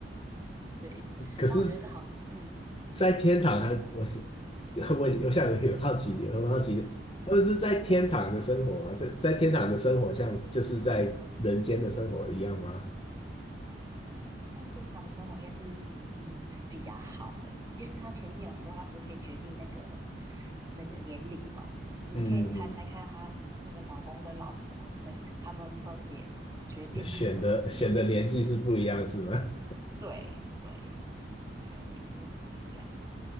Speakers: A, on the right; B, on the left.
A: 对，
B: 可是，
A: 但我觉得好，嗯，
B: 在天堂还，我是 <laughs> 我我想有好奇，很好奇，他们是在天堂的生活吗？在在天堂的生活像就是在人间的生活一样吗？
A: 我觉得在他他在天堂的生活应该是嗯比较好的，因为他前面有说他不是可以决定那个那个年龄嘛，你可以猜猜看他那个老公跟老婆，
B: 嗯，
A: 呃，他们分别决定了什么年龄？
B: 选的选的年纪是不一样是吗？
A: <laughs> 对对，他们选的年纪又不一样，